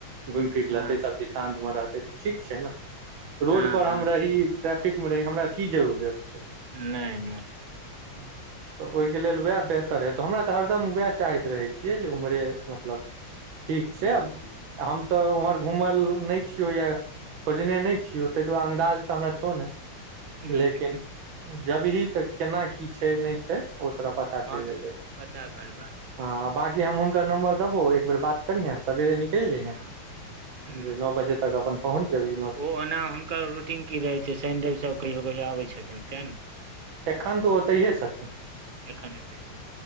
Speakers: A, on the right (about 70°); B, on the right (about 35°).
A: घुमि फिर
B: हँ
A: लेतै सब चीज शान्त मे रहतै ठीक छै ने रोड
B: हँ
A: पर
B: हँ
A: हम रही ट्रैफिक मे रही हमरा की जरूरत छै
B: नैय नैय
A: तऽ ओहिके लेल वएह वेह तर हेतौ हमरा तऽ हरदम उएह चाहैत रहै छियै जे उम्हरे मतलब ठीक छै
B: हूँ
A: आ हम तऽ उमहर घूमल नहि छियौ या खोजने नहि छियौ ताहि दुआरे अन्दाज तऽ हमरा छौ ने
B: हूँ,
A: लेकिन
B: हूँ,
A: जेबही तक केना की छै नहि छै ओ तोरा पता चलि
B: हँ
A: जेतै
B: तऽ पता करबै
A: हँ बाँकी हम हुनकर नम्बर देबौ एक बेेर बात करीहें सबेरे निकलि जइहे
B: हँ हूँ,
A: जे नौ बजे तक अपन पहुँच जेबैही
B: ओ अना हुनकर रूटीन की रहै छैय शैन रैब सब कहियो कहियो आबै छथिन सएह न
A: एखन तऽ ओतैहे छथि
B: एखन एतै